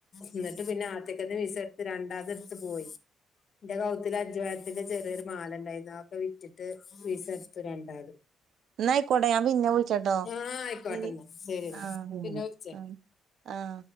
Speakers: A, on the left; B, on the right.
A: ഇന്നട്ട് പിന്നെ ആതിക്കത്തെ വിസ എട്ത്ത് രണ്ടാമത് എട്ത്ത് പോയി ഇന്റെ കൗത്തില് അഞ്ചുപവൻത്തിന്റെ ചെറിയൊരു മാല ഇണ്ടായിരുന്നു അത് വിറ്റിട്ട് വിസ ഇട്ത്ത് രണ്ടാത്
B: എന്നായിക്കോട്ടെ ഞാൻ പിന്നെ വിളിച്ചട്ടോ
A: ആഹ് ആയ്ക്കോട്ടന്നാ
B: ശരി
A: ശെരി
B: ആ
A: പിന്നെ വിൾച്ചേ
B: ആ ആ